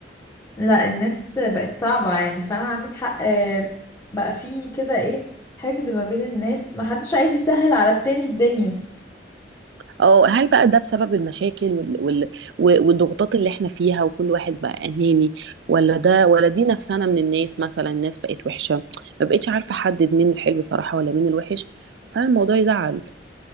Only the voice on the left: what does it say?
لا الناس بقت صعبة يعني فعلا عندك حق آه، بقى في كده ايه حقد ما بين الناس ما حدش عايز يسهل على التاني الدنيا